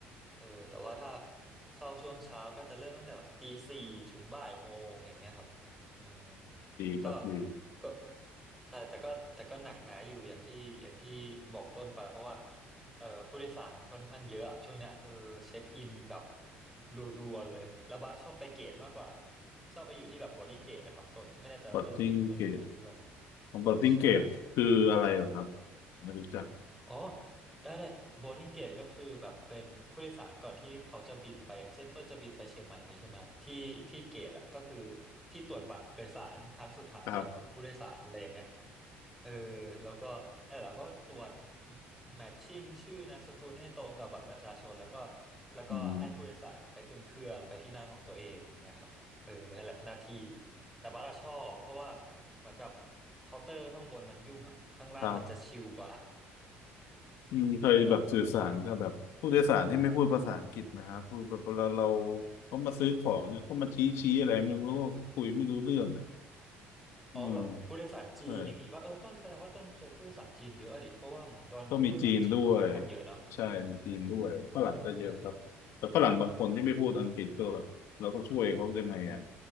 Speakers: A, in the centre; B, on the left.
A: เออแต่ว่าถ้าเข้าช่วงเช้าก็จะเริ่มตั้งแต่ตีสี่ถึงบ่ายโมงอย่างเงี้ยครับอืม
B: <coughs> ดีครับดี
A: ก็ก็ใช่แต่ก็แต่ก็หนักหนาอยู่อย่างที่อย่างที่บอกต้นไปเพราะว่าเออผู้โดยสารค่อนข้างเยอะช่วงเนี้ยเออเช็คอินแบบรัวๆเลยแล้วบัสชอบไปเกตมากกว่า <laughs> ชอบไปอยู่ที่แบบโบร์ดิ้งเกตนะครับต้นไม่แน่ใจต้นต้นอันนี้ว่า
B: บัตติ้งเกตของบัตติ้งเกตคืออะไรเหรอครับ
A: ใช่
B: ไม่รู้จัก
A: อ๋อได้ได้ boarding gate ก็คือแบบเป็นผู้โดยสารก่อนที่เขาจะบินไปอย่างเช่นต้นจะบินไปเชียงใหม่อย่างนี้ใช่ไหมครับที่ที่เกตอ่ะก็คือที่ตรวจบัตรโดยสารครั้งสุดท้ายของผู้โดยสารอะไรอย่างเงี้ย
B: ครับ
A: เออแล้วก็นั่นแหล้วก็ตรวจ matching ชื่อนามสกุลให้ตรงกับบัตรประชาชนแล้วก็แล้วก็ให้ผู้โดยสารไปขึ้นเครื่องไปที่นั่งของตัวเองอย่างเงี้ยครับเออนั่นแหละหน้าที่
B: อืม
A: แต่บัสอะชอบเพราะว่าเหมือนแบบเคาน์เตอร์ข้างบนมันยุ่งอ่ะข้างล่างมันจะชิลกว่า
B: ครับอืมเคยแบบสื่อสารกับแบบผู้โดยสารที่ไม่พูดภาษาอังกฤษไหมครับพูดแบบเวลาเรา
A: แบบ
B: เขามาซื้อของเนี่ยก็มาชี้ชี้อะไรไม่รู้คุยไม่รู้เรื่องอ่ะ
A: อ๋อแบบผู้โดยสารจีนอย่างนี้ว่าเออต้นแสดงว่าต้นเจอผู้โดยสารจีนเยอะอะดิเพราะว่าเหมือนดอนเมืองผู้โดยสารจีนก็ค่อนข้างเยอะเนาะ
B: อืมใช่ก็มีจีนด้วยใช่มีจีนด้วยฝรั่งก็เยอะครับแต่ฝรั่งบางคนที่ไม่พูดอังกฤษก็แบบเราก็ช่วยเขายังไงอ่ะ
A: ใช่ไหมอืม